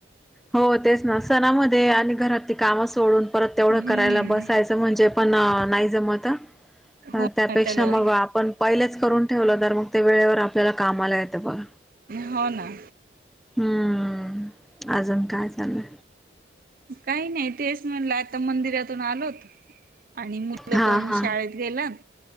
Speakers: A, in the centre; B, on the right (about 50°).
A: हो तेच ना सणामध्ये आणि घरातली काम सोडून परत तेवढं
B: हम्म
A: करायला बसायचं म्हणजे पण नाही जमत अ
B: हो
A: त्यापेक्षा
B: ना त्याला
A: मग आपण पहिलेच. करून ठेवलं तर मग ते वेळेवर आपल्याला काम आला येतं बघ.
B: हो ना.
A: हम्म अजून काय चालंय?
B: काही नाही तेच म्हणलं आता मंदिरातून आलोत. आणि मुल
A: हा
B: पण
A: हा.
B: शाळेत गेलात.